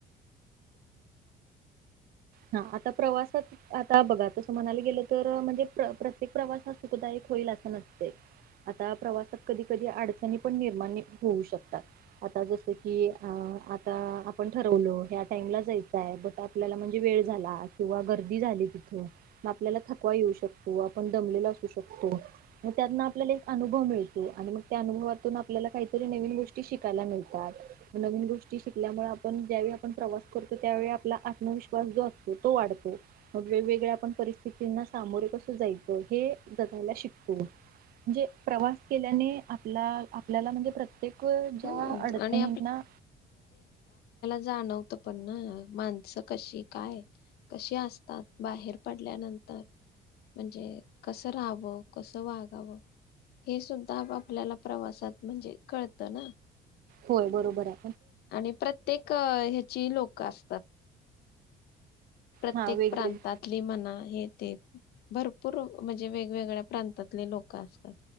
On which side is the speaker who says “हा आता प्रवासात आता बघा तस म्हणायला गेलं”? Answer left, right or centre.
Right